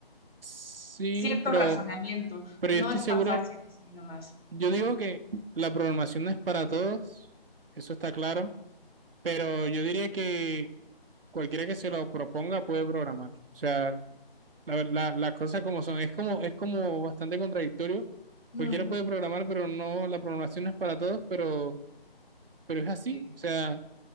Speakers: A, on the right; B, on the left.
A: Sí,
B: Cierto
A: pero,
B: razonamiento.
A: pero
B: No
A: yo estoy
B: es
A: seguro,
B: tan fácil así nomás.
A: yo digo que la programación no es para todos, eso está claro. Pero yo diría que cualquiera que se lo proponga puede programar. O sea, la, ver- la, las cosas como son. Es como, es como bastante contradictorio.
B: Mm,
A: Cualquiera puede programar, pero no, la programación no es para todos, pero, pero es así.
B: sí,
A: O sea,